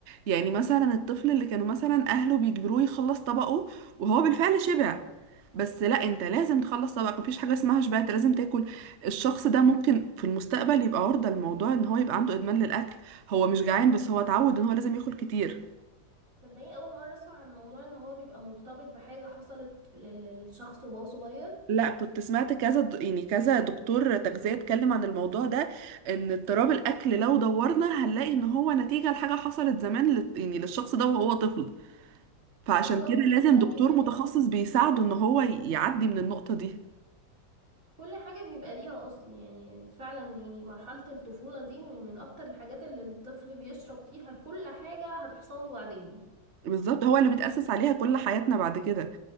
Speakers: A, on the right (about 65°); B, on the right (about 45°).
A: يعني مثلا الطفل اللي كانوا مثلا اهله بيجبروه يخلص طبقه وهو بالفعل شبع بس لا انت لازم تخلص طبقك مفيش حاجه اسمها شبعت لازم تاكل الشخص ده ممكن في المستقبل يبقى عرضه لموضوع ان هو يبقى عنده ادمان للاكل هو مش جعان بس هو اتعود ان هو لازم ياكل كتير
B: صدقني اول مرة اسمع عن موضوع ان هو بيبقى مرتبط بحاجة حصلت لل- للشخص وهو صغير
A: لا كنت سمعت كذا د- يعني كذا دكتور تغذية اتكلم عن الموضوع ده ان اضطراب الاكل لو دورنا هنلاقي ان هو نتيجة لحاجة حصلت زمان لل- يعني للشخص ده وهو طفل فعشان
B: سبحان الله
A: كده
B: كل
A: لازم
B: حاجة
A: دكتور
B: بيبقى
A: متخصص
B: ليها
A: بيساعده ان هو ي- يعدي من النقطة دي
B: كل حاجة بيبقى ليها أصل يعني فعلا يعني مرحلة الطفولة دي من, من أكتر الحاجات اللي الطفل بيشرب فيها كل حاجة هتحصله بعدين
A: بالظبط هو اللي بيتأسس عليها كل حياتنا بعد كده